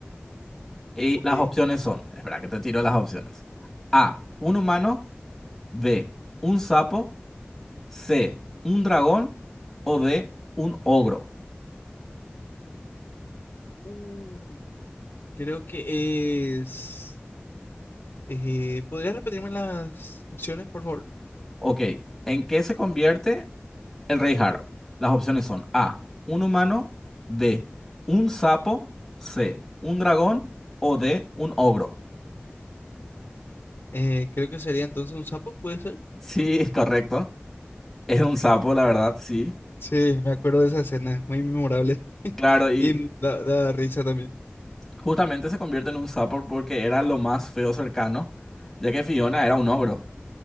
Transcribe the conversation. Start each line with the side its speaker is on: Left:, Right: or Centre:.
Centre: Y
Left: Ok.
Centre: las opciones son, espera que te tiro las opciones. A, un humano, B, un sapo, C, un dragón o D, un ogro.
Left: Uh, creo que es. eh, ¿podrías repetirme las opciones, por favor?
Centre: Ok, ¿en qué se convierte El rey Harold. Las opciones son A, un humano, D, un sapo, C, un dragón o D, un ogro.
Left: Eh, creo que sería entonces un sapo, ¿puede ser?
Centre: Sí, <laughs> correcto. Es un sapo, la verdad, sí.
Left: Sí, me acuerdo de esa escena, muy memorable. <laughs>
Centre: Claro, y
Left: Y da, da risa también.
Centre: justamente se convierte en un sapo porque era lo más feo cercano, ya que Fiona era un ogro.